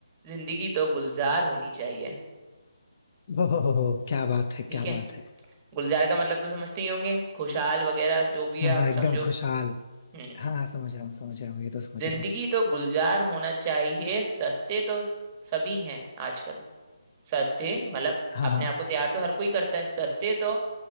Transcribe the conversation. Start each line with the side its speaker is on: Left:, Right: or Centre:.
Right: जिंदगी तो गुलजार होनी चाहिए
Left: ओहो क्या बात है
Right: ठीक
Left: क्या
Right: है
Left: बात है
Right: गुलजार का मतलब तो समझते ही होंगे खुशहाल वगैरह जो भी
Left: हाँ
Right: है आप
Left: हाँ एकदम
Right: समझो
Left: खुशहाल
Right: हम्म
Left: हाँ हाँ समझ रहा हूँ समझ रहा हूँ ये तो समझ
Right: जिंदगी
Left: रहा हूँ
Right: तो गुलजार होना चाहिए सस्ते तो सभी हैं आजकल सस्ते मतलब
Left: हाँ
Right: अपने
Left: हाँ
Right: आप को तैयार तो हर कोई करता है सस्ते तो